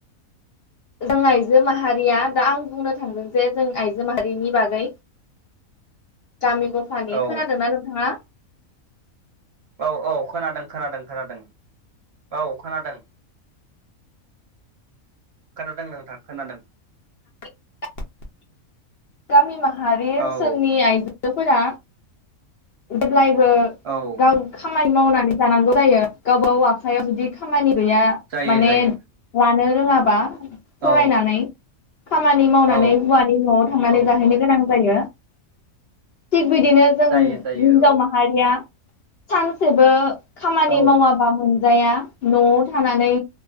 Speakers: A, on the left (about 60°); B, on the right (about 60°).
A: जों आइजो माहारिया दा आं बुंनो थांदों जे जों आइजो माहारिनि बागै गामि गफानि
B: औ
A: खोनादोंना नोंथांङा
B: औ औ खोनादों खोनादों खोनादों औ खोनादों खोनादों नोंथां खोनादों
A: <unintelligible> गामि माहारि ओनसोलनि
B: औ
A: आइजोफोरा जेब्लाय बो
B: औ
A: गाव खामानि मावनानै जानांगौ जायो गावबााव आखाइयाव जुदि खामानि गैया
B: जायो
A: माने
B: जायो
A: लानो रोंङाबा
B: औ
A: फरायनानै खामानि मावनानै
B: औ
A: हौवानि न'आव थांनानै
B: औ
A: जाहैनो
B: औ
A: गोनां जायो थिग बिदिनो जों
B: जायो जायो
A: हिनजाव माहारिया सानसेबो खामानि
B: औ
A: मावाबा मोनजाया न'आव थानानै